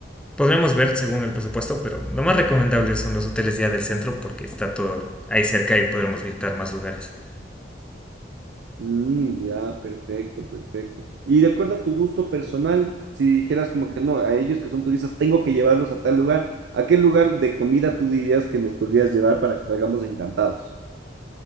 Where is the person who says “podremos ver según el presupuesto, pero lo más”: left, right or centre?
Centre